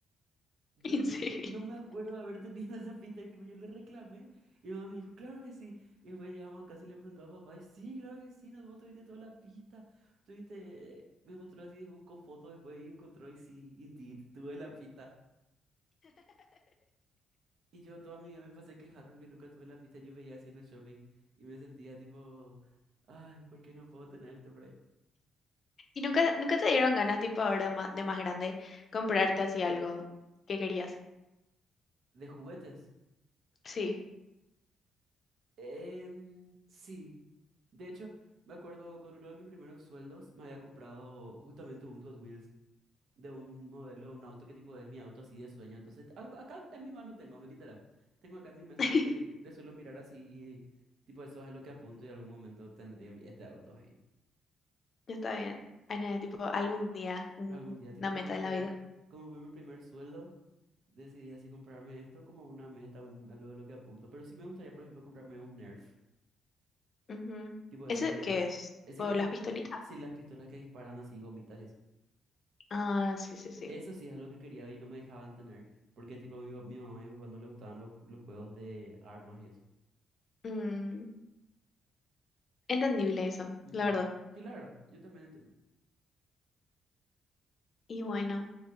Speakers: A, on the right; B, on the left.
A: Yo
B: <laughs> y
A: no,
B: sí.
A: no me acuerdo de haber tenido <laughs> esa pista. Y tipo, yo le reclamé. Y mi mamá me dijo, claro que sí. Y después llegamos a casa y le preguntó a papá. Y sí, claro que sí. No, vos tuviste todas las pistas. Tuviste. Me mostró así, buscó fotos después y encontró. Y sí, indeed, tuve la pista. Y yo toda mi vida me pasé quejando de que nunca tuve la pista. Yo veía así en el shopping. Y me sentía tipo, ay, ¿por qué no puedo tenerte por ahí?
B: ¿Y nunca, nunca te dieron ganas, tipo ahora ma- de más grande, comprarte así algo que querías?
A: ¿De juguetes?
B: Sí.
A: Em, sí, De hecho, me acuerdo con uno de mis primeros sueldos me había comprado justamente un Hot Wheels de un modelo, un auto que tipo es mi auto así de sueño. Entonces, a- acá en mi mano tengo, literal. Tengo acá en mi mesa
B: <laughs>
A: siempre y le suelo mirar así y tipo eso es lo que apunto y algún momento tendría mi- este auto ahí.
B: Está bien. Ay, nene, tipo, algún día, un-
A: Algún día, tipo
B: una meta
A: como fue,
B: de la vida.
A: como fue mi primer sueldo, decidí así comprarme esto como una meta, un, algo de lo que apunto. Pero sí me gustaría, por ejemplo, comprarme un Nerf.
B: Ujú.
A: Tipo eso
B: ¿Ese
A: que,
B: qué es?
A: ese
B: ¿Por
A: que,
B: las
A: dis-
B: pistolitas?
A: sí, las pistolas que disparan así, gomitas y eso.
B: Ah, sí, sí, sí.
A: Eso sí es algo que quería y no me dejaban tener, porque tipo mi, pa- mi mamá y mi papá no les gustaban los, los juegos de armas y eso.
B: Mm, entendible eso,
A: Ujú.
B: la verdad.
A: Sí, la verdad, yo también entiendo.
B: Y bueno,